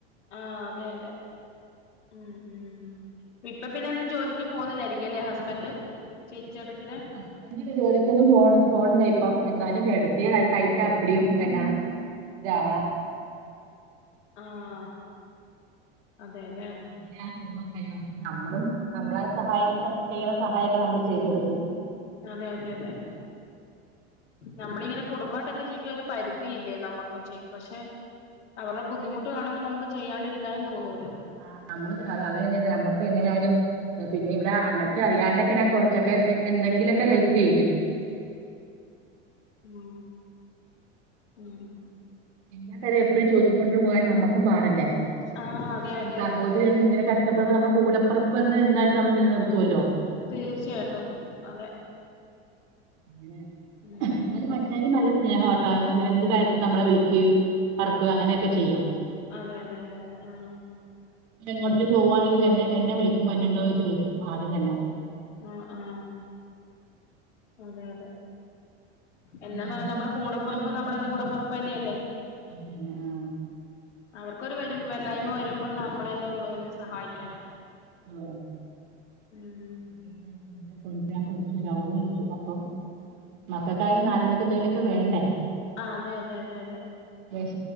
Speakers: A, on the left; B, on the right.
A: ആഹ് അതെ അതെ മ് മ് ഇപ്പ പിന്നെ എന്നും ജോലിക്ക് പോകുന്നില്ലായിരിക്കും അല്ലെ ഹസ്ബൻഡ് ചേച്ചിയേട്ടത്തീടെ
B: ഹസ്ബാൻഡ് ജോലികൊന്നും പോ പോണില്ല ഇപ്പോ ന്തായാലും കിടത്തിതാ കയ്യ്ക്കു അപ്പിടിയും എന്നാ ഇതാവണം
A: ആഹ് അതെല്ലെ
B: അങ്ങന കുടുംബം നമ്മളും നമ്മളെ സഹായി ചെയ്യൻ സഹായോക്കെ നമ്മള് ചെയ്തു കൊടുക്കും
A: അതെ അതെ അതെ നമ്മളിങ്ങാനെ കുടുംബ ആയിടട്ടോക്കെ ജീവിക്ക ഒരു പരിധിയില്ലേ നമ്മുക്കും ചെയ്യും പക്ഷെ അവരുടെ ബുദ്ധിമുട്ട് കാണുമ്പോൾ നമുക്ക് ചെയ്യാണ്ടിരിക്കാനും തോന്നൂല്ലാ
B: ആഹ് നമ്മള് ആഹ് തന്നെ നമ്മുക്ക് എങ്ങനെയാലും പിന്നെ ഇവിടെ അണ്ണച്ചറിയാണ്ട് ഞാൻ കുറച്ചൊക്കെ എന്തെങ്കിലോക്കെ ഹെൽപ് ചെയ്യും
A: മ് മ്
B: എല്ലാകാര്യം എപ്പോഴും ചോദിച്ചു കൊണ്ടു പോകൻ നമ്മക്കും പാടല്ലേ
A: ആഹ് അതെ അതെ
B: ഈ സഹോദരി
A: അതെ അതെ
B: കിടന്ന് ഇങ്ങനെ കഷ ഷ്ടാപെടുമ്പോ നമ്മള് കൂടെ പിറപ്പ് ബന്ധം എന്തായാലും നമ്മൾ നിലനിറുത്തുവല്ലോ
A: തീർച്ചയായിട്ടും അതെ
B: അങ്ങനെ
A: ഉം
B: എന്നാലും മച്ചാനും നല്ല സ്നേഹട്ടോ എന്ത് കാര്യത്തിനും നമ്മളെ വിളിക്കുകയും പിറകുവേം അങ്ങനെയൊക്കെ ചെയ്യും
A: അതെ അതെ അതെ അതെ ആഹ്
B: എങ്ങോട്ടിലും
A: ഉം
B: പോകുവാണെങ്കിലും എന്നെ എന്നെ വിളിക്കും വന്നോണ്ടോന്ന് ചോദിച്ചു വിളിക്കും ആദ്യം തന്നെ
A: ആഹ് ആഹ് അതെ അതെ എന്നാന്ന്
B: നമ്മൾ
A: പറഞ്ഞ നമ്മുടെ
B: ഇങ്ങോട്ട്
A: കൂടെപ്പിറപ്പ്
B: കാണിക്കും അങ്ങോട്ടും
A: നമ്മുടെ
B: കാണിക്കും
A: കൂടെപ്പിറപ്പ് തന്നെയല്ലേ
B: അതന്നെ ആ
A: അവർക് വരും വല്ലായ്മ വരുമ്പോൾ നമ്മളല്ലേ ഉള്ളൂ അല്ലെ സഹായിക്കാനൊക്കെ
B: <unintelligible>
A: ഉം
B: കൊണ്ടുവരാൻ പോയിച് വരാവോന് ചോദിച്ചു അപ്പം മക്കൾക്ക് ആയാലും നാല് മണിക്ക്ന്തെങ്കിലൊക്കെ വേണ്ടേ
A: ആഹ് അതെ അതെ അതെ അതെ
B: വിശ